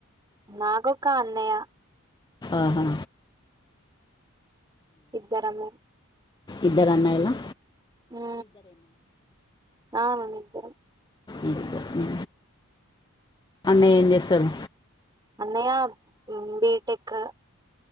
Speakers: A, on the right; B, on the left.
A: నాకొక్క అన్నయ్య
B: ఆహా
A: ఇద్దరము
B: ఇద్దరన్నయ్యలా
A: ఉ ఆ మేమీద్దరం
B: మీరిద్దరు. అన్నయ్య ఏం చేస్తరు
A: అన్నయ ఉం బిటెక్